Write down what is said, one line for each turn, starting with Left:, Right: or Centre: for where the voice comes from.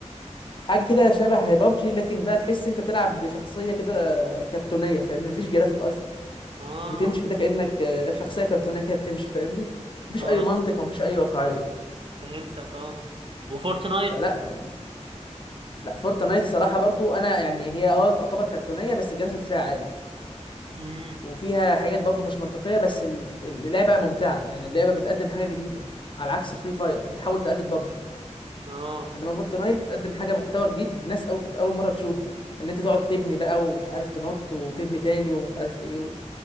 Left: حاجه كده شبه بابجي لكن بقى تحس انت تلعب بشخصيه كده كرتونيه فاهمني مفيش جرافيك اصلا
Right: اه
Left: بتمشي كده كأنك آه، شخصية كرتونية كده بتمشي فاهمني مفيش
Right: اه
Left: أي منطق
Right: ف-
Left: مفيش أي واقعية
Right: فهمتك اه وفورتنايت
Left: فلا يعني لا فورتنايت الصراحة برضو أنا يعني هي أه تعتبر كرتونية بس الجرافيك فيها عالي
Right: امم
Left: وفيها حاجات برضو مش منطقية بس ال- اللعبة ممتعة يعني اللعبة بتقدم حاجة جديدة على عكس فري فاير بتحاول تقلد بابجي
Right: اه
Left: إنما فورتنايت بتقدم حاجة محتوى جديد ناس أول كانت أول مرة تشوفه اللي أنت تقعد تبني بقى ومش عارف تنط وتبني تاني ومش عارف إيه و...